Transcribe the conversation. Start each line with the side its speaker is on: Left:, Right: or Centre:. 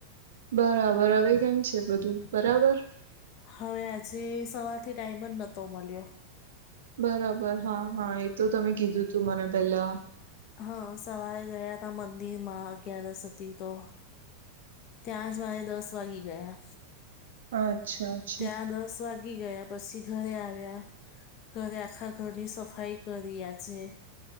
Right: બરાબર હવે કેમ છે બધું બરાબર
Left: હવે આજે સવારથી ટાઈમ જ નહતો મળ્યો
Right: બરાબર હા હા એ તો તમે કીધું તું મને પેલા
Left: હા સવારે ગયા હતા મંદિર માં અગિયારસ હતી તો ત્યાં જ મારે દસ વાગી ગયા
Right: અચ્છા અચ્છા
Left: ત્યાં દસ વાગી ગયા પછી ઘરે આવ્યા ઘરે આખા ઘરની સફાઈ કરી આજે